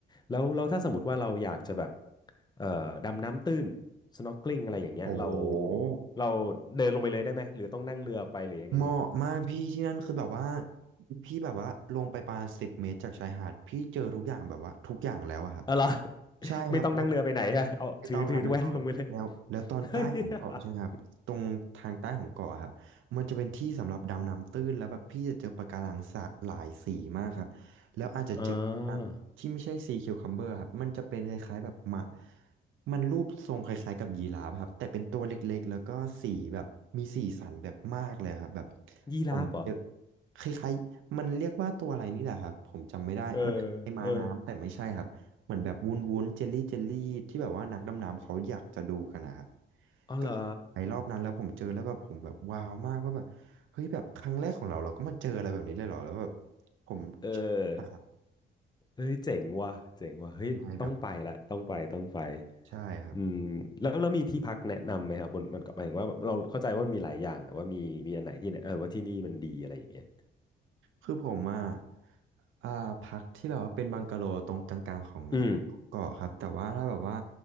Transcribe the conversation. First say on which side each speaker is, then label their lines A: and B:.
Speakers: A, on the left (about 20°); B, on the right (about 80°).
A: แล้วแล้วถ้าสมมติว่าเราอยากจะแบบเอ่อดำน้ำตื้น snorkeling อกลิ่งอะไรอย่างเงี้ยเรา
B: โห
A: เราเดินลงไปเลยได้ไหมหรือต้องนั่งเรือไปหรือยังไง
B: เหมาะมากพี่ที่นั่นคือแบบว่าพี่แบบว่าลงไปประมาณสิบเมตรจากชายหาดพี่เจอทุกอย่างแบบว่าทุกอย่างแล้วอะครับ
A: เอะไรอ <laughs>
B: ใช่ครับแล้ว
A: ไม่ต้องนั่งเรือไปไหนฮะเอาถือถือแว่นลงไปเลย
B: ไม่ต้องครับไม่ต้องครับแล้วแล้วตอนใต้ของเกาะใช่ไหมครับตรงทางใต้ของเกาะครับมันจะเป็นที่สำหรับดำน้ำตื้นแล้วแบบพี่จะเจอปะการังสะหลายสีมากครับแล้วอาจจะเจอ
A: <laughs> อ่า
B: ที่ไม่ใช่ซีคิวคัมเบอร์ครับมันจะเป็นคล้ายๆแบบหมามันรูปทรงคล้ายๆกับยีราฟครับแต่เป็นตัวเล็กๆแล้วก็สีแบบมีสีสันแบบมากเลยครับแบบ
A: ยีราฟเหรอ
B: ผมเจอคล้ายๆมันเรียกว่าตัวอะไรนี่แหละครับผมจำไม่ได้มันคล้ายๆม้าน้ำแต่ไม่ใช่ครับ
A: เออ เออ
B: เหมือนแบบวุ้นวุ้นเจลลี่เจลลี่ที่แบบว่านักดำน้ำเขาอยากจะดูกันนะครับ
A: อ๋อเหรอ
B: ก็คือไปรอบนั้นแล้วผมเจอแล้วแบบผมแบบว้าวมากว่าแบบเฮ้ยแบบครั้งแรกของเราเราก็มาเจออะไรแบบนี้เลยเหรอแล้วแบบผมชอบมากครับ
A: เออเฮ้ยเจ๋งว่ะเจ๋งว่ะเฮ้ยต้องไปละต้องไปต้องไป
B: ยังไงแบบใช่ครับ
A: อืมแล้วแล้วมีที่พักแนะนำไหมครับมันมันก็หมายถึงว่าแบบเราเข้าใจว่ามันมีหลายอย่างแต่ว่ามีมีอันไหนที่เนี่ยเออว่าที่นี่มันดีอะไรอย่างเงี้ย
B: คือผมอ่ะอ่าพักที่แบบว่าเป็นบังกะโลตรงกลางๆของ
A: อืม
B: เกาะครับแต่ว่าถ้าแบบว่า